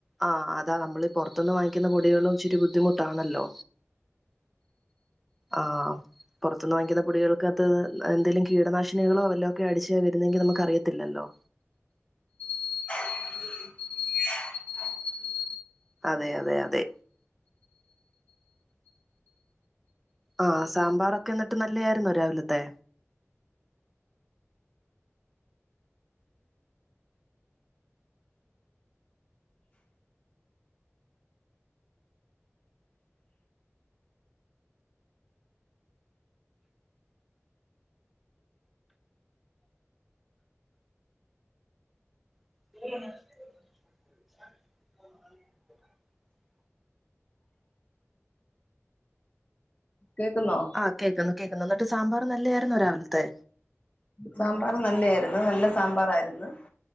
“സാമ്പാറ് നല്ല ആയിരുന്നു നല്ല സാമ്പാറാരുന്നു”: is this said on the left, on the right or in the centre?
Left